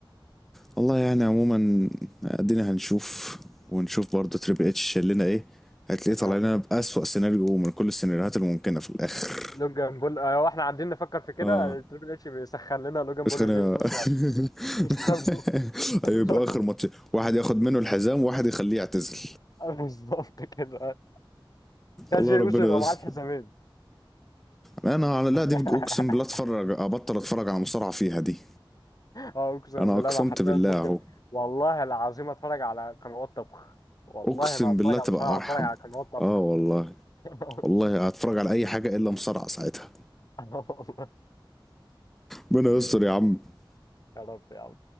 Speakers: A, in the centre; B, on the left.
A: والله يعني عموما ادينا هنشوف ونشوف برضه تريبل اتش شال لنا ايه هتلاقيه
B: آه.
A: طالع لنا بأسوأ سيناريو من كل السيناريوهات الممكنة في الاخر
B: لوجان بول آه، واحنا قاعدين نفكر في كده
A: اه
B: آه، تريبل اتش بيسخن لنا لوجان
A: بس
B: بول
A: خلينا
B: وجاي اوسو عشان
A: <laughs>
B: يكسبوا <laughs> اللقب
A: أيوة، يبقى اخر ماتش واحد ياخد منه الحزام وواحد يخليه يعتزل
B: آه، بالظبط كده كان
A: الله
B: جاي
A: ربنا
B: اوسو يبقى
A: يستر
B: معاه الحزامين
A: انا على
B: <laughs>
A: لا دي اقسم بالله اتفرج ابطل اتفرج على مصارعة فيها دي
B: اه اقسم
A: انا
B: بالله
A: اقسمت
B: انا حرفيا
A: بالله
B: ممكن
A: اهو
B: والله العظيم اتفرج على قنوات طبخ والله
A: اقسم
B: ما هتفرج
A: بالله
B: على
A: تبقى
B: مصارعه
A: ارحم
B: هتفرج على قنوات طبخ
A: اه والله
B: <laughs>
A: والله هتفرج على اي حاجه الا مصارعه ساعتها
B: أنا قلت- أنا <laughs> والله
A: ربنا يستر يا عم
B: يا رب يا عم